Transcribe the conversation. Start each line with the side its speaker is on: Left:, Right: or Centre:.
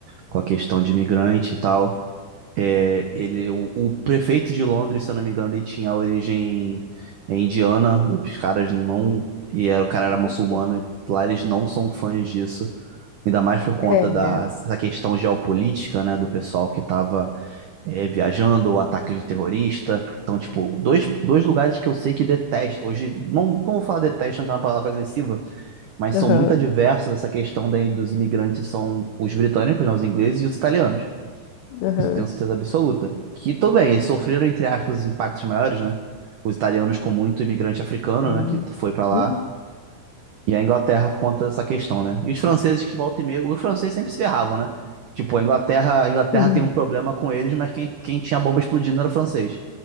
Right: com a questão de imigrante e tal. É, ele, o, o prefeito de Londres, se eu não me engano, ele tinha origem é, indiana. Os caras não. E era, o cara era
Left: Nossa.
Right: muçulmano. e lá eles não são fãs disso. Ainda mais por conta
Left: É,
Right: da, dessa questão geopolítica, né? Do pessoal que estava é, viajando, o ataque de terrorista. Então, tipo, dois, dois lugares que eu sei que detestam. Hoje, não, não vou falar detestam, que é uma palavra agressiva mas
Left: aham,
Right: são muito adversas essa questão daí dos imigrantes são os britânicos, né, os ingleses e os italianos.
Left: aham,
Right: Isso eu tenho certeza absoluta. Que tudo bem, eles sofreram, entre aspas, os impactos maiores, né? Os italianos com muito imigrante africano,
Left: sim.
Right: né, que foi para lá,
Left: Uhum,
Right: e a Inglaterra por conta dessa questão, né? E os franceses que volta e meio, os franceses sempre se ferravam, né? Tipo, a Inglaterra, a Inglaterra
Left: sim.
Right: tem um problema com eles, mas quem, quem tinha a bomba explodindo era o francês.